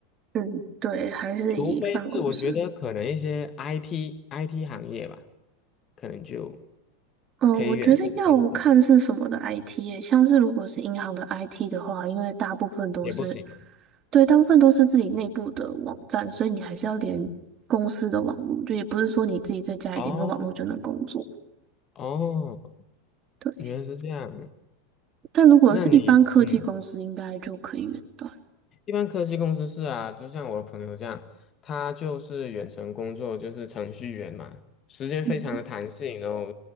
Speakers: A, on the right; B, on the left.
A: 嗯，对，还是以办公室。
B: 除非是我觉得可能一些 IT IT 行业吧，可能就
A: 嗯，呃我觉得要看是什么的
B: 可以远程工作，
A: IT 耶，像是如果是银行的 IT 的话，因为大部分都是，
B: 也不行嘛。
A: 对，大部分都是自己内部的网站，所以你还是要连公司的网络，就也不是说你自己在家里连个网络就能工作。
B: 哦哦，
A: 对，
B: 原来是这样。
A: 但如果是一般科技公司，
B: 那你嗯。
A: 应该就可以远端。
B: 一般科技公司是啊，就像我的朋友这样，他就是远程工作，就是程序员嘛，时间非常的弹性，
A: 嗯，
B: 然后